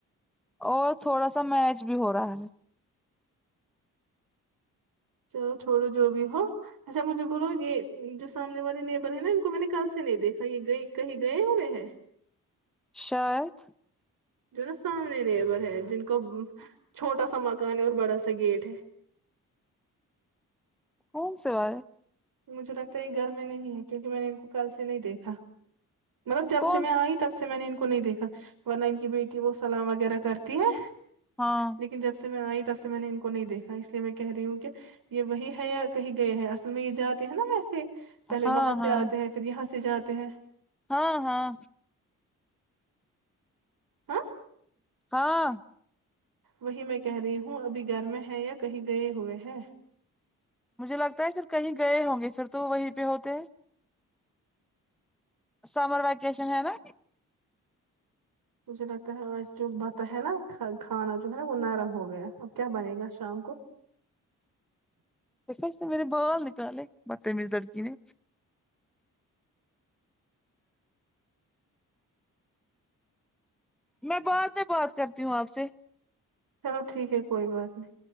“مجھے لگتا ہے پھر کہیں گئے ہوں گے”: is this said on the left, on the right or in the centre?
Centre